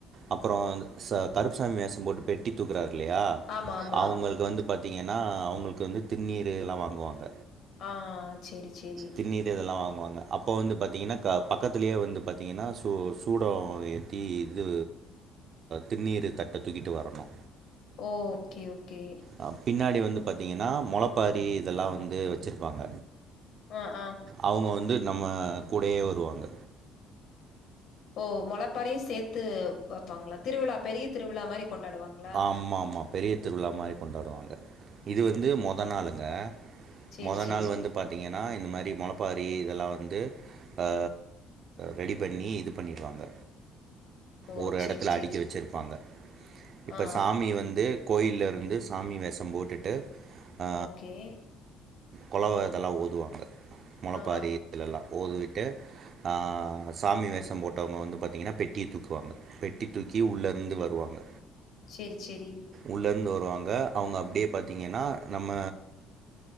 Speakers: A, on the right; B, on the left.
A: அப்பறோ இந்த ச கருப்புசாமி வேஷம் போட்டு பெட்டி தூக்குறாரு இல்லையா
B: ஆமா ஆமா
A: அவங்களுக்கு வந்து பாத்தீங்கன்னா அவங்களுக்கு வந்து திந்நீர் எல்லா வாங்குவாங்க
B: ஆ சேரி சேரி
A: திந்நீர் இதெல்லா வாங்குவாங்க அப்போ வந்து பாத்தீங்கன்னா க பக்கத்திலேயே வந்து பாத்தீங்கன்னா சூ சூடம் ஏத் தி இது திந்நீர் தட்ட தூக்கிட்டு வரணு
B: ஓ ஓகே ஓகே
A: அ பின்னாடி வந்து பாத்தீங்கனா மொளப்பாரி இதெல்லா வந்து வச்சுருப்பாங்க
B: அ ஆ
A: அவங்க வந்து நம்ம கூடயே வருவாங்க
B: ஓ மொளப்பாரியு சேத்து வப்பாங்களா திருவிழா பெரிய திருவிழா மாரி கொண்டாடுவாங்களா
A: ஆமா ஆமா பெரிய திருவிழா மாரி கொண்டாடுவாங்க இது
B: ஓ
A: வந்து மொத நாளுங்க
B: சேரி
A: மொத சரி
B: சேரி
A: நாள் வந்து பாத்தீங்கன்னா இந்த மாரி மொளப்பாரி இதெல்லா வந்து ஆ ரெடி பண்ணி இது பண்ணிடுவாங்க
B: ஓ
A: ஒரு எடத்துல
B: சேரி
A: அடிக்கி
B: சேரி
A: வச்சிருப்பாங்க இப்ப
B: ஆ
A: சாமி வந்து கோயில்ல இருந்து சாமி வேஷம் போட்டுட்டு ஆ
B: ஓகே
A: குழவ இதெல்லா ஓதுவாங்க மொளப்பாரி
B: ஆ
A: இதுலெல்லா ஓதுவிட்டு ஆ சாமி வேஷம் போட்டவங்க வந்து பாத்தீங்கன்னா பெட்டிய தூக் குவாங்க பெட்டி தூக்கி உள்ள இருந்து வருவாங்க
B: சேரி சேரி
A: உள்ள இருந்து வருவாங்க அவங்க அப்டியே பாத்திங்கன்னா நம்ம